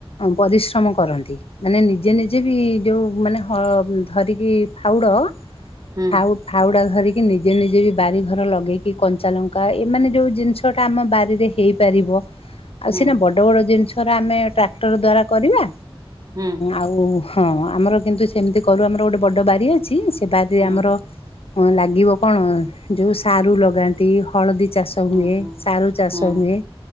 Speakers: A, on the left (about 75°); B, on the right (about 40°).
A: ପରିଶ୍ରମ କରନ୍ତି। ମାନେ ନିଜେ ନିଜେ ବି ଯୋଉ ମାନେ ହ ଧରିକି ଫାଉଡ଼
B: ହୁଁ
A: ଆଉ ଫାଉଡା ଧରିକି ନିଜେ ନିଜେ ବି ବାରି ଘର ଲଗେଇକି କଞ୍ଚା ଲଙ୍କା ଏମାନେ ଯୋଉ ଜିନ୍ ସ ଟା ଆମ ବାରିରେ ହେଇପରିବ। ଆଉ
B: ହୁଁ
A: ସିନା ବ ବଡ ବଡ ଜିନିଷରେ ଆମେ ଟ୍ରାକ୍ଟର ଦ୍ଵାରା କରିବା।
B: ହୁଁ
A: ଆଉ ଓ ହଁ, ଆମର କିନ୍ତୁ ସେମିତି କରୁ ଆମର ଗୋଟେ ବଡ ବାରି ଅଛି ସେ ବାରି
B: ହୁଁ
A: ଆମର ହଁ ଲାଗିବ କଣ? ଯୋଉ ସାରୁ ଲଗାନ୍ତି, ହଳଦୀ ଚାଷ
B: ହୁଁ
A: ହୁଏ।
B: ହୁଁ।
A: ସାରୁ ଚାଷ
B: ହୁଁ
A: ହୁଏ।